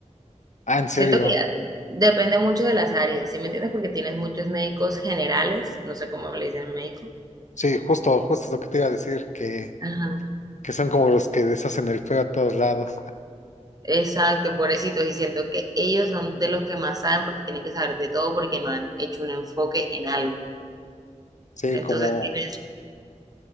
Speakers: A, on the left (about 70°); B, on the right (about 30°).
A: Ah, en serio,
B: Siento que ya depende mucho de las áreas, ¿sí me entiendes? Porque tienes muchos médicos generales, no sé cómo le dicen médico.
A: sí, justo, justo es lo que te iba a decir, que,
B: Ajá.
A: que son como los que deshacen el feo a todos lados.
B: Exacto, pobrecitos, y siento que ellos son de los que más saben porque tienen que saber de todo porque no han hecho un enfoque en algo.
A: Sí,
B: Entonces
A: como,
B: tienes,